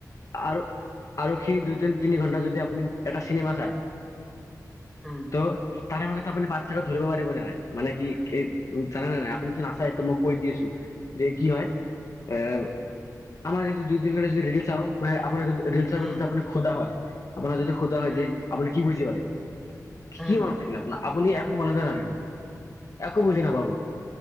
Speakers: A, on the left; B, in the centre.
A: আৰু আৰু সেই দুই তিন- তিনি ঘন্টা যদি আপুনি এটা চিনেমা চায়
B: উম,
A: তো তাৰে মাজতে আপুনি পাৰ্থক্য ধৰিব পাৰিবনে নাই? মানে কি এই- জানে নে নাই? আপনিতো নাচায় তো মোক কৈ দি আছোঁ, যে কি হয় এ আমাৰ যদি দুইদিন ধৰি যদি ৰিল চাও, মানে আপোনাৰ যদি ৰিল চাই
B: উম,
A: পাছতে আপুনি খোদা হয় আপোনাক যদি সোদা হয়
B: উম,
A: যে আপুনি কি বুজি পালে? কি
B: উম
A: মনত থাকিলে আপোনাৰ? আপুনি একো মনতে নাথাকিব, একো বুজি নাপাব।